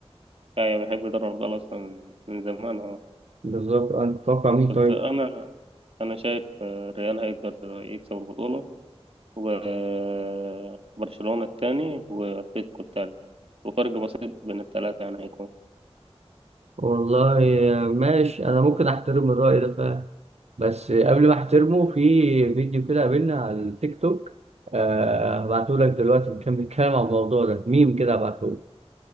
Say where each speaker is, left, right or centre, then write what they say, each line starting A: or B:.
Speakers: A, on the right; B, on the right.
A: كايا بحب دوري الابطال اصلا من من زمان اهو
B: بالظبط أه، انت تتوقع مين
A: بس
B: طيب
A: انا انا شايف آه، الريال هيقدر يكسب البطولة وبرشلونة التاني واتلتيكو التالت وفرق بسيط بين التلاتة يعني هيكون
B: والله ماشي انا ممكن احترم الرأي ده فعلا بس قبل ما احترمه في فيديو كده قابلنا على التيك توك آه هبعته لك دلوقتي بنكمل الكلام عن الموضوع ده ميم كده هبعته لك.